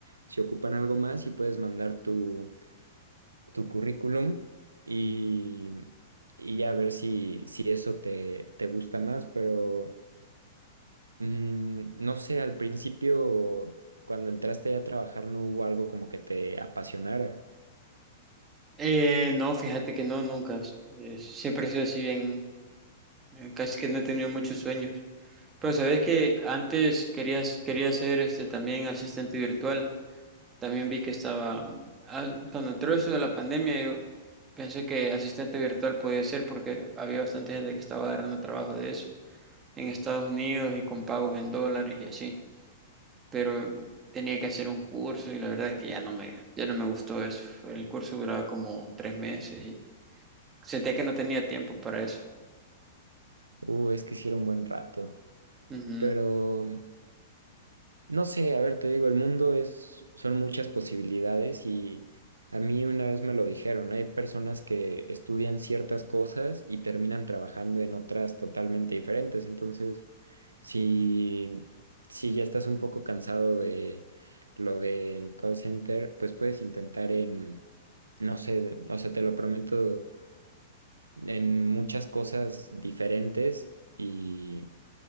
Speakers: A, on the right; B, on the right.
A: si ocupan algo más y puedes mandar tu, tu currículum y, y ya ver si, si eso te, te gusta más, pero. Mm, no sé, al principio, cuando entraste a trabajar, no hubo algo como que te apasionara.
B: Eh, no, fíjate que no, nunca. Eh, siempre he sido así bien, eh, casi que no he tenido muchos sueños. Pero sabes que antes querías, quería ser este también asistente virtual. También vi que estaba, ah, cuando entró eso de la pandemia, yo pensé que asistente virtual podía ser porque había bastante gente que estaba agarrando trabajo de eso. en Estados Unidos y con pagos en dólares y así. Pero tenía que hacer un curso y la verdad es que ya no me, ya no me gustó eso. El curso duraba como tres meses y sentía que no tenía tiempo para eso.
A: Uh, es que hiciera un buen rato.
B: Ujú.
A: Pero, no sé, a ver, te digo, el mundo es, son muchas posibilidades y a mí una vez me lo dijeron, hay personas que estudian ciertas cosas y terminan trabajando en otras totalmente diferentes. Entonces, Si, si ya estás un poco cansado de lo del call center, pues puedes intentar en, no sé, o sea, te lo prometo, en muchas cosas diferentes y,